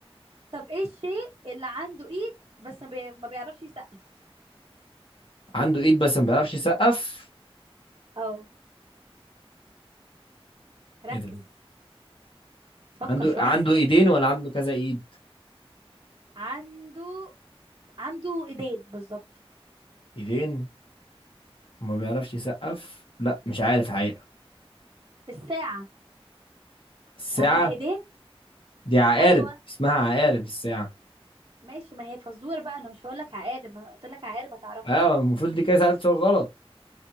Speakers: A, on the right (about 50°); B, on the left (about 55°).
A: طب ايه الشيء اللي عنده ايد بس ما بي- ما بيعرفش يسقف
B: عنده ايد بس ما بيعرفش يسقف
A: اه ركز
B: ايه ده
A: فكر
B: عنده
A: شوية
B: عنده ايدين ولا عنده كذا ايد
A: عنده عنده ايدين بالظبط
B: ايدين وما بيعرفش يسقف لا مش عارف الحقيقة
A: الساعة
B: الساعة
A: مش عندها ايدين
B: دي عقارب
A: ايوه
B: اسمها عقارب الساعة
A: ماشي ما هي فزوره بقى انا مش هقول لك عقارب ما قلت لك عقارب هتعرفها
B: ايوه المفروض دي كده سألت سؤال غلط